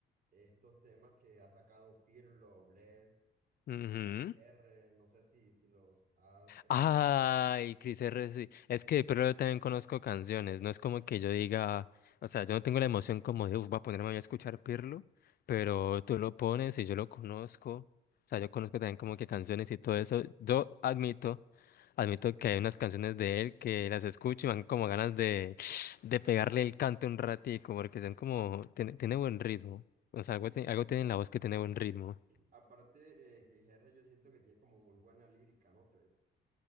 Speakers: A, on the right (about 45°); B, on the left (about 50°).
A: estos temas que ha sacado Pirlo, Bless,
B: ujú.
A: eh, Cris R, no sé si, si los has... es-
B: Ay, Cris R. sí. Es que, pero yo también conozco canciones. No es como que yo diga, o sea, yo no tengo la emoción como de, uff, voy a ponerme a escuchar Pirlo, pero tú lo pones y yo lo conozco. O sea, yo conozco también como que canciones y todo eso. Yo admito, admito que hay unas canciones de él que las escucho y me dan como ganas de, de pegarle el canto un ratico, porque son como, tiene, tiene buen ritmo. O sea,
A: Sí,
B: algo,
A: sí,
B: tiene-
A: sí,
B: algo tiene
A: sí,
B: en
A: sí.
B: la voz que tiene buen ritmo.
A: Aparte, eh, Cris R yo siento que tiene como muy buena lírica, ¿no crees?